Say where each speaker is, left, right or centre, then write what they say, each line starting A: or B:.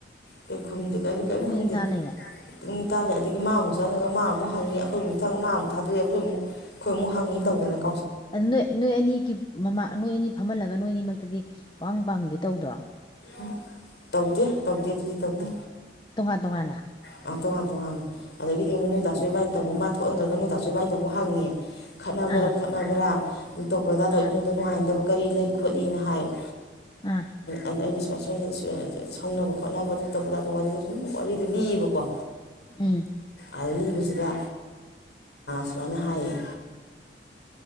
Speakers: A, on the left (about 75°); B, on the left (about 25°).
A: ꯀꯔꯤ ꯈꯨꯝꯗꯦ ꯀꯔꯤ ꯀꯔꯤꯝ
B: ꯇꯨꯃꯤꯟꯅ
A: ꯈꯨꯝꯗꯦ
B: ꯇꯥ ꯂꯩꯔꯦ
A: ꯍꯇꯥꯜꯂꯦ ꯑꯗꯒꯤ ꯃꯥ ꯑꯃꯨꯛ ꯆꯪꯉꯒ ꯃꯥ ꯑꯃꯨꯛ ꯍꯉ ꯑꯩꯈꯣꯏꯒꯤ ꯃꯨꯛ ꯊꯥꯗꯣꯛꯏ ꯑꯩꯈꯣꯏꯨ ꯑꯩꯈꯣꯏ ꯑꯃꯨꯛ ꯍꯪꯤ ꯇꯧꯗꯅꯅꯕ
B: ꯑꯗꯨ ꯅꯣꯏ ꯅꯣꯏ ꯑꯅꯤꯒꯤ ꯃꯃꯥ ꯅꯣꯏ ꯑꯅꯤ ꯐꯝꯍꯜꯂꯒ ꯅꯣꯏ ꯑꯅꯤꯃꯛꯇꯗꯤ ꯋꯥꯋꯥꯡ ꯄꯥꯡꯒꯦ ꯇꯧꯗ꯭ꯔꯥ
A: ꯎ ꯇꯧꯗꯦ ꯇꯧꯗꯦ ꯑꯗꯨꯗꯤ ꯇꯧꯗꯦ
B: ꯇꯣꯉꯥꯟ ꯇꯣꯉꯥꯟꯅ
A: ꯑ ꯇꯣꯉꯥꯟ ꯇꯣꯉꯥꯟ ꯑꯗꯒꯤꯗꯤ ꯑꯃꯨꯛ ꯅꯣꯏꯗꯥ
B: ꯑꯣ
A: ꯁꯣꯏꯏꯕꯥꯏꯅ ꯇꯝꯨꯛ ꯊꯣꯛꯍꯟꯈ꯭ꯔꯒꯅꯣꯏꯗꯥꯥꯛꯁꯨꯨꯕꯥꯥꯏꯅꯗ ꯑꯃꯨꯛ ꯍꯪꯉꯦ ꯈꯥꯟꯅꯕ꯭ꯔꯥ
B: ꯑꯥ
A: ꯈꯣꯠꯅꯕ꯭ꯔꯥ ꯑꯗꯨ ꯇꯧꯕ꯭ꯔꯥ ꯇꯧꯏ
B: ꯑꯥ
A: ꯏꯃꯨꯡꯗ ꯅꯨꯡꯉꯥꯏꯗꯕ ꯀꯔꯤ ꯂꯩ ꯈꯣꯠꯂꯤꯅ ꯍꯥꯏꯕ
B: ꯑꯥ
A: ꯑꯗ ꯁꯨꯃꯥꯏ ꯁꯨꯃꯥꯏꯅ ꯁꯧꯅꯕ ꯈꯣꯠꯅꯕ ꯑꯗꯨ ꯇꯧꯕ ꯑꯗ ꯋꯥꯔꯤꯗꯣ ꯁꯨꯝ ꯋꯥꯔꯤꯗꯣ ꯂꯤꯌꯦꯕꯀꯣ ꯀꯣ
B: ꯎꯝ
A: ꯑꯗ ꯂꯤꯕꯁꯤꯗ ꯁꯨꯃꯥꯏꯅ ꯍꯥꯏꯌꯦ